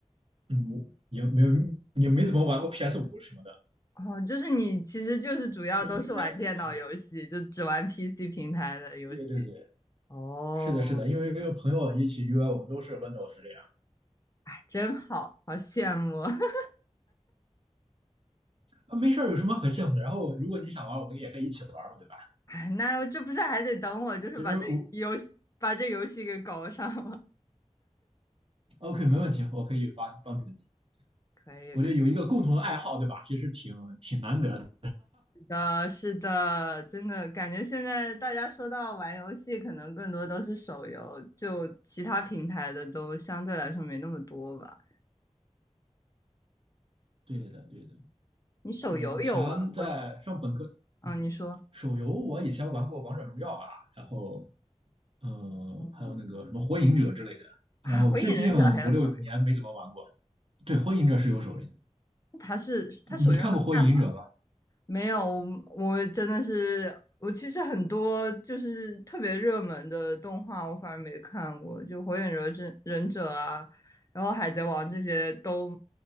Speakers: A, on the right; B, on the left.
A: 嗯，我也没有也没怎么玩过 PS 五什么的，
B: 哦，就是你其实就是主要都是玩电脑游戏，
A: 那应该可以。
B: 就只玩 PC 平台的游戏。
A: 对对对，
B: 哦，
A: 是的，是的，因为这个朋友一起约，我们都是 Windows 这样，
B: 真好，好羡慕啊。<laughs>
A: 啊，没事儿，有什么可羡慕的？然后如果你想玩，我们也可以一起玩嘛，对吧？
B: 哎，那这不是还得等我，就是把这游戏把这游戏给搞上吗？
A: 其实我 OK，没问题，我可以帮帮助你。
B: <laughs> 可以。
A: 我觉得有一个共同的爱好，
B: 可以
A: 对吧？其实挺挺难得的。
B: 呃，是的，真的感觉现在大家说到玩游戏，可能更多都是手游，就其他平台的都相对来说没那么多吧。
A: 对的，对的，
B: 你手游有玩过什么
A: 因为以前在上本科，
B: 嗯，
A: 嗯，
B: 你说，
A: 手游我以前玩过《王者荣耀》吧，然后呃，
B: 嗯，
A: 还有那个什么《火影者》之类的，然后最近五六年没怎么玩过。
B: 啊火影忍者还有手游，
A: 对，《火影者》是有手游的，
B: 它是它手游能干嘛？
A: 你你看过《火影者》吗？
B: 没有，我真的是，我其实很多就是特别热门的动画，我反而没看过，就火影忍者忍者啊，然后海贼王这些都，